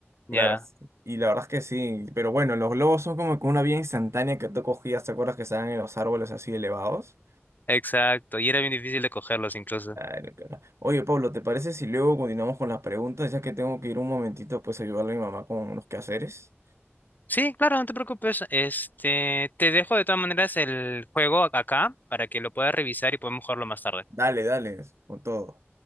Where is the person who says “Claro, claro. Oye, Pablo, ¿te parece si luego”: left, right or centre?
Right